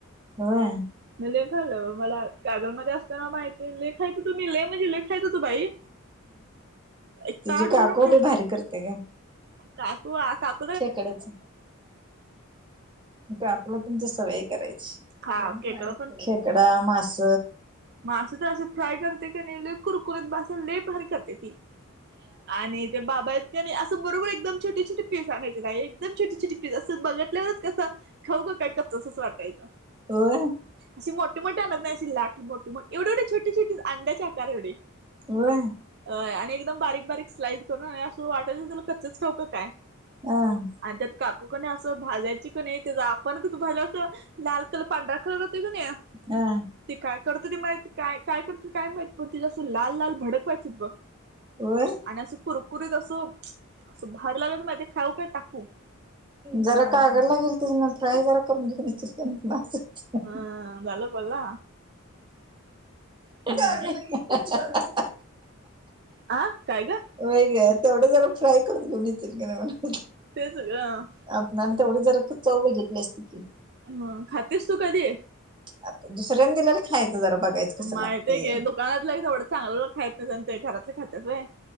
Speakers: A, on the right; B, on the right.
A: ह
B: म लेखालं मला कागल मध्ये असताना माहिित आहे लेखायचं तुम्ही झ लखाय त तु बाई एक
A: तुझ
B: ताट भरून
A: काक
B: खा
A: होते भारी करते का
B: काकू काकू
A: ख्याकडेच व आपला तुमच्या सवय करायची
B: खा केकडं
A: खेकडा मास
B: मासं तर असे फ्राय करते की नाही ल कुरकुरीत बासून लेप भारी करते ती आणि बाबा आहेतत आणि असं बरोबर एकदम छोटी टपस आणायची नाही एकदम छोटी टिप्ीस असं बघितल्यावरच कसं खाऊ का काय का तसंच वाटायचं
A: हो
B: असे मोठे मोठे आणत नाहील लाट मोठे मोठ एवढेवेछोटे छोट अं्याच्या आकार एवे
A: हो.
B: अ आणि एकदम बारीक-बारीक स्लाईस करून आणि असं वाटायचं तुला कच्चच खाऊ की काय?
A: हं.
B: आणि त्यात काकू कने असं भाजायची कणे त्याच आपण कच भालं असं. लाल कलर पांढरा कलर होते कने
A: हा.
B: ती काय करत होती माहिती काय-काय करती काय माहीत पण ते जसं लाल-लाल भडक व्हायचं बघ.
A: होय.
B: आणि असं कुरकुरीत असं असं भारी लागायचं ना ते खाऊ काय टाकू.
A: जरा कागळला गेलती मग फ्राय जरा करून <unintelligible>
B: हम् बोला बोला.
A: <unintelligible>
B: हम्म आ काय ग?
A: वै ग तेवढं जरा फ्राय करून घेऊन इच्ल की नाही.
B: तेच गं.
A: आपण आम तेवढी जर चव घेतली असती की
B: ह खातेस तू कधी?
A: आता दुसऱ्यांनी दिल्याला खायचं जरा बघायचं. कसं
B: माहित
A: लागतंय
B: आहे घे दुकानातलं थवडं चांगलं खायत नाही ते घरातलं खातचय.